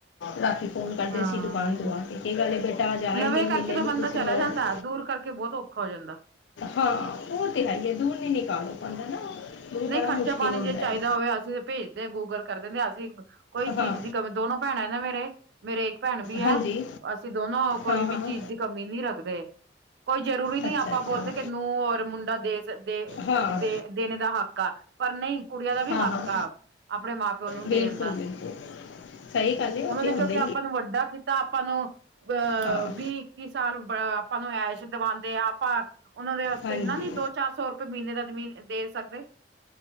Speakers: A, on the left (about 80°); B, on the right (about 65°).
A: ਰਾਤੀ ਫੋਨ ਕਰਦੇ
B: ਹਾਂ
A: ਸੀ। ਦੁਕਾਨ ਤੋਂ ਆ ਕੇ। ਕੀ ਗੱਲ ਬੇਟਾ, ਅੱਜ ਆਏ
B: ਲਵੇ
A: ਨਹੀਂ।
B: ਕਰਕੇ
A: ਮਿਲੇ
B: ਤਾਂ
A: ਨੀ
B: ਬੰਦਾ
A: ਤੁਸੀਂ
B: ਚਲਾ
A: ਲੋਕ।
B: ਜਾਂਦਾ ਦੂਰ ਕਰਕੇ ਬਹੁਤ ਔਖਾ ਹੋ ਜਾਂਦਾ।
A: ਹਾਂ, ਉਹ ਤੇ ਹੈ ਹੀ ਹੈ। ਦੂਰ ਨੀ ਨਿਕਾਲ ਪਾਉਂਦਾ ਨਾ। ਦੂਰ
B: ਨਹੀਂ
A: ਬੜਾ
B: ਖਰਚਾ-
A: ਮੁਸ਼ਕਿਲ
B: ਪਾਣੀ,
A: ਹੁੰਦਾ
B: ਜੇ ਚਾਹੀਦਾ
A: ਹੈ
B: ਹੋਵੇ। ਅਸੀਂ ਭੇਜਦੇ, ਗੂਗਲ ਕਰ ਦਿੰਦੇ। ਅਸੀਂ ਕੋਈ
A: ਹਾਂ
B: ਚੀਜ਼ ਦੀ ਦੋਨੋ ਭੈਣਾਂ ਨਾ ਮੇਰੇ। ਮੇਰੇ ਇੱਕ ਭੈਣ ਵੀ
A: ਹਾਂਜੀ
B: ਆ। ਅਸੀਂ ਦੋਨੋ ਕੋਈ
A: ਹਾਂ
B: ਵੀ
A: ਹਾਂ
B: ਚੀਜ਼ ਕਮੀ, ਨਹੀਂ ਰੱਖਦੇ। ਕੋਈ ਜ਼ਰੂਰੀ ਨਹੀਂ।
A: ਅੱਛਾ
B: ਆਪਾਂ
A: ਅੱਛਾ
B: ਬੋਲਦੇ, ਕਿ ਨੂੰਹ ਔਰ ਮੁੰਡਾ, ਦੇ ਦੇ
A: ਹਾਂ
B: ਦੇ ਦੇਣੇ ਦਾ ਹੱਕ। ਆ ਪਰ ਨਹੀਂ ਕੁੜੀਆਂ ਦਾ ਵੀ
A: ਹਾਂ-
B: ਹੱਕ
A: ਹਾਂ।
B: ਆ ਆਪਣੇ ਮਾਂ ਪਿਓ ਨੂੰ
A: ਬਿਲਕੁੱਲ-
B: ਦੇਣ ਦਾ
A: ਬਿਲਕੁੱਲ। ਸਹੀ ਗੱਲ ਏ।
B: ਉਹਨਾਂ
A: ਉੱਥੇ
B: ਨੇ
A: ਆਉਂਦੇ।
B: ਕਿਉਂਕਿ ਆਪਾਂ ਨੂੰ, ਵੱਡਾ ਕੀਤਾ। ਆਪਾਂ ਨੂੰ ਆਹ
A: ਹਾਂ
B: ਵੀਹ, ਇੱਕੀ ਸਾਲ ਆਪਾਂ ਨੂੰ, ਐਸ਼ ਦਿਵਾਉਂਦੇ ਆ। ਆਪਾਂ ਉਹਨਾਂ ਦੇ ਵਾਸਤੇ,
A: ਹਾਂਜੀ
B: ਇਨਾ ਨੀ ਦੋ, ਚਾਰ ਸੌ ਰੁਪਏ ਮਹੀਨੇ ਦਾ, ਜ਼ਮੀਨ ਦੇ ਸਕਦੇ।